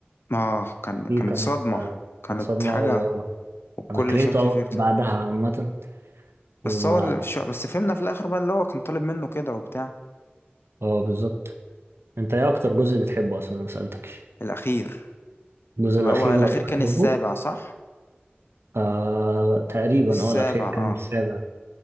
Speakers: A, on the left (about 75°); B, on the right (about 80°).
A: اه كان
B: دي
A: كانت
B: كانت
A: صدمة
B: آه،
A: كانت
B: كانت صدمة
A: حاجة
B: أوي اه
A: والكل
B: أنا كرهته
A: شك
B: أوي
A: فيه بتاع
B: بعدها عامة وما
A: بس هو اللي... الش- بس فهمنا في الاخر بقى اللي هو كان طالب منه كده وبتاع
B: اه بالظبط أنت إيه أكتر جزء بتحبه أصلا أنا مسألتكش
A: الاخير
B: الجزء
A: اللي
B: الأخير
A: هو الاخير
B: لما
A: كان
B: كسبه
A: السابع صح
B: آه تقريبا
A: السابع
B: اه الأخير كان
A: اه
B: السابع